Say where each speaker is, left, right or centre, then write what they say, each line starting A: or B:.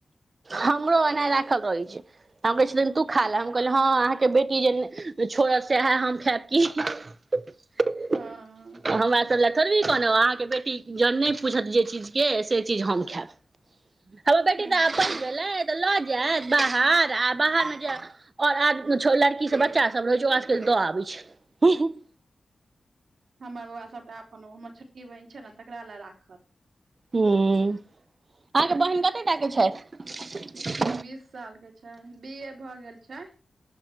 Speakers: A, on the right (about 45°); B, on the right (about 75°).
A: हमरो एनाहे राखल रहै छै हम कहै छथिन खा
B: हँ
A: ले हम कहलियै हँ आहाँ के के बेटी जे छोड़त सएह हम खायब की
B: हँ
A: तऽ हमरासब लए थड़बे कहलो अहाँके बेटी जहन नहि पूछत जे चीजके से चीज हम खायब हमर बेटी
B: हँ
A: तऽ आब पैघ भेलै तऽ लऽ जायत बाहर आ बाहरमे जायब आओर आज <inaudible> छौ लड़कीसभ बच्चासभ रहै छै ओकरा सभके दऽ आबै छै।
B: हमर बौआ सभटा अपन ओ हमर छोटकी बहिन छै ने तकरा लए राखत।
A: हम्म, अहाँके बहिन कते टा के छैथ?
B: बीस साल के छै, बी ए भऽ गेल छै।